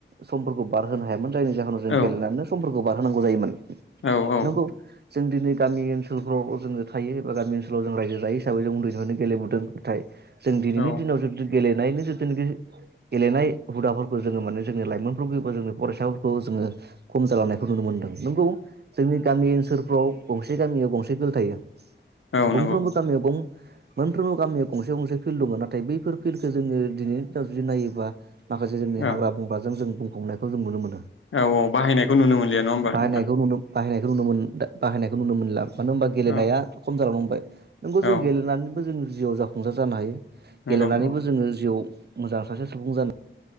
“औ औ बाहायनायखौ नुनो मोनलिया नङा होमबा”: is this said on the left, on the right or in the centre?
Left